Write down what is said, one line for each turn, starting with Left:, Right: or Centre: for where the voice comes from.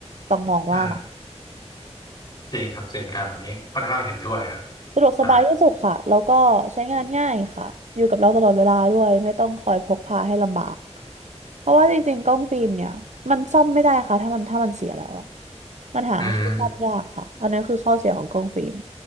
Right: ต้องมองว่านะ
Left: อ่าจริงครับจริงอ่าอันนี้ค่อนข้างเห็นด้วยครับ
Right: สะดวกสบายที่สุดค่ะ
Left: อ่า
Right: แล้วก็ใช้งานง่ายค่ะ อยู่กับเราตลอดเวลาด้วย ไม่ต้องคอยพกพาให้ลำบาก เพราะว่าจริงๆกล้องฟิล์มเนี่ยมันซ่อมไม่ได้ค่ะถ้ามันถ้ามันเสียแล้วอะมันหาที่ซ่อมยากค่ะอันนี้คือข้อเสียของกล้องฟิล์ม
Left: อืม